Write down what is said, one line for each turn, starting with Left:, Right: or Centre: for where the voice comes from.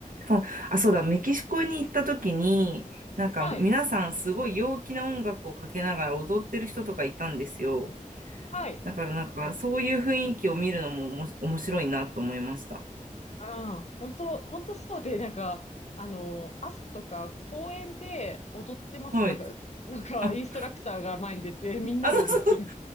Right: かも、あ、そうだ、メキシコに行った時に、なんか皆さんすごい陽気な音楽をかけながら踊ってる人とかいたんですよ。
Left: はい。はい。
Right: だからなんか、そういう雰囲気を見るのもおもし面白いなと思いました。
Left: ああ、本当本当そうで、なんか、あの、朝とか公園で踊ってます。
Right: はい。
Left: なんか、なんか、
Right: あ、
Left: インストラクターが前に出て、みんなで踊ってる。
Right: あ、そうそう。